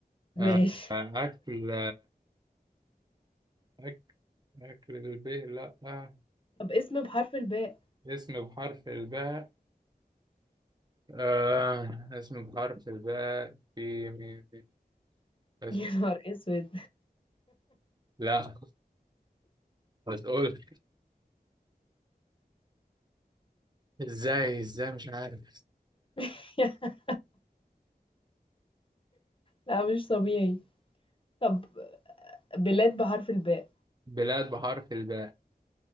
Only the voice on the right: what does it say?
آه آه، اكل أكل أكل الباء لا آه.
اسم بحرف الباء آه. اسم بحرف الباء في مين في
اسم
لا هتقول ازاي ازاي مش عارف
بلاد بحرف الباء